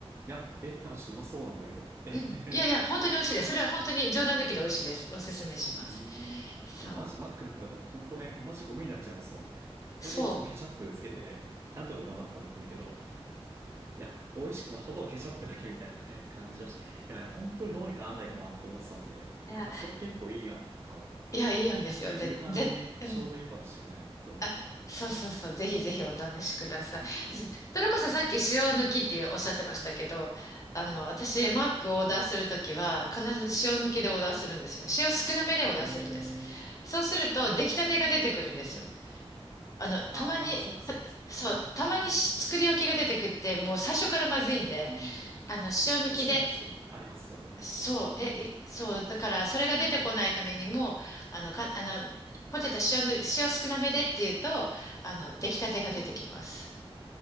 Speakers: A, on the right (about 25°); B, on the left (about 30°).
A: いや、え、なんかちょっとうまそうなんだけど。えへへ
B: うん。いやいや、本当に美味しいです。
A: 全
B: それは本当に冗談抜きで美味しいです。おすすめします。
A: うーん。いや、
B: そう。
A: マジマックのポテトって本当ね、マジゴミになっちゃいますもんね。
B: そ
A: だいたいいつもケチャップつけて、なんとか頑張って食べてるけど、いや、美味しくまほどケチャップだけみたいなね、<laughs> 感じだし、いや、本当にどうにかなんないかなと思ってたんで、いや、
B: う。いや
A: それ結構いいやんかも。
B: いや、いいんですよ。
A: まあ、夕飯にね、
B: ぜ、ぜ、うん。
A: ちょうどいいかもしれない、今日の。
B: あ、そうそうそう。ぜひぜひお試しください。
A: うんうん。
B: ずそれこそさっき塩抜きっていうおっしゃってましたけど、あの、私、
A: はい、
B: マックをオーダーするときは、必ず塩抜きでオーダーするんですよ。
A: はい。
B: 塩少なめでオーダーするんです。
A: えー、
B: そうすると、
A: あー、
B: 出来たてが出てくるんですよ。
A: うん。
B: あの、
A: あー、
B: たまに、
A: あ、そっかそっかそっか。
B: たそう、
A: うん、
B: たまにし作り置きが出てくって、
A: うん、うん。
B: もう最初からまずいんで、
A: うん。うん
B: あの、塩抜きでっ
A: ちょっとしなってしろ、ありますよね。
B: そう、
A: うん、
B: え、いそう、だから、それが出てこないためにも、あの、か、あの、ポテト塩の、塩少なめでっていうと、あの、出来たてが出てきます。
A: うん。